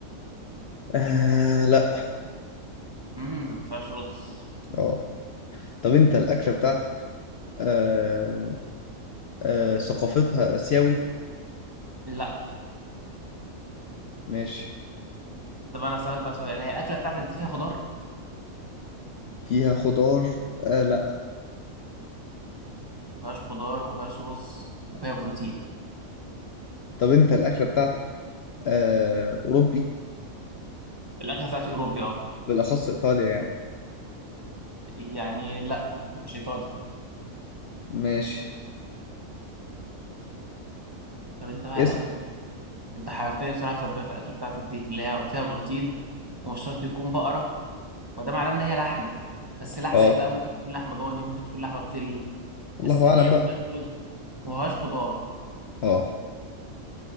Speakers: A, on the left; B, on the right.
A: آه لا
B: امم ما فيهاش رز
A: اه طب انت الأكلة بتاعتك آه آه ثقافتها آسيوي
B: لا
A: ماشي
B: طب انا هسالك بقى سؤال هي الاكله بتاعتك دي فيها خضار
A: فيها خضار آه لا
B: ما فيهاش خضار وما فيهاش رز وفيها بروتين
A: طب انت الأكلة بتاعتك آه أوروبي
B: الاكله بتاعتي اوروبي اه
A: بالأخص إيطاليا يعني
B: يعني لا مش ايطالي
A: ماشي
B: طب انت بقى
A: اسأل
B: الاكل انت انت حيرتني بصراحه تربيها في الاكل بتاعتك دي اللي هي فيها بروتين ومش شرط يكون بقره وده معناه ان هي لحمه بس لحمه
A: اه
B: ايه بقى ممكن تكون لحمه ضاني ممكن تكون لحمه بتلو
A: والله
B: بس
A: أعلم
B: هي
A: بقى
B: ما فيهاش رز وما فيهاش خضار
A: اه